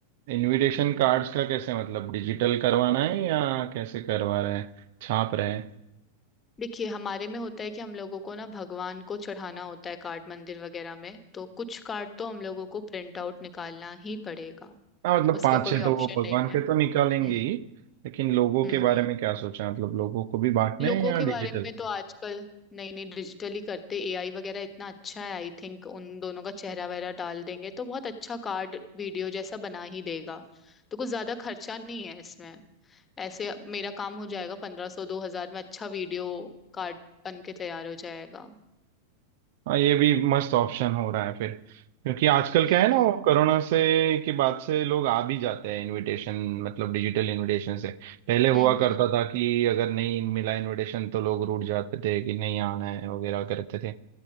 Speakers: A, on the right; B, on the left.
A: इनविटेशन
B: हम्म हम्म
A: कार्ड्स का कैसे मतलब डिजिटल करवाना है या कैसे करवा रहे हैं छाप रहे हैं
B: देखिए हमारे में होता है कि हम लोगों को ना भगवान को चढ़ाना होता है कार्ड मंदिर वगैरह में तो कुछ कार्ड तो हम लोगों को प्रिंट आउट निकालना ही पड़ेगा
A: हाँ मतलब
B: उसका
A: पांच
B: कोई
A: छह तो
B: ऑप्शन
A: वो भगवान
B: नहीं
A: के
B: है
A: तो निकालेंगे
B: हम्म
A: ही लेकिन लोगों
B: हम्म
A: के बारे
B: हम्म
A: में क्या सोचा मतलब लोगों को भी बांटने
B: लोगों
A: हैं या
B: के
A: डिजिटल
B: बारे में तो आजकल नहीं नहीं डिजिटली करते एआई वगैरह इतना अच्छा है आई थिंक उन दोनों का चेहरा वगैरह डाल देंगे तो बहुत अच्छा कार्ड वीडियो जैसा बना ही देगा तो कुछ ज्यादा खर्चा नहीं है इसमें ऐसे मेरा काम हो जाएगा पंद्रह सौ दो हजार में अच्छा वीडियो कार्ड बन के तैयार हो जाएगा
A: हाँ ये भी मस्त ऑप्शन हो रहा है फिर क्योंकि आजकल क्या
B: हम्म
A: है ना
B: हम्म।
A: वो कोरोना से के बाद से लोग आ भी जाते हैं इनविटेशन मतलब डिजिटल इनविटेशन से पहले हुआ
B: हम्म
A: करता
B: हम्म
A: था कि अगर नहीं मिला इनविटेशन तो लोग रूठ जाते थे कि नहीं आना है वगैरह करते थे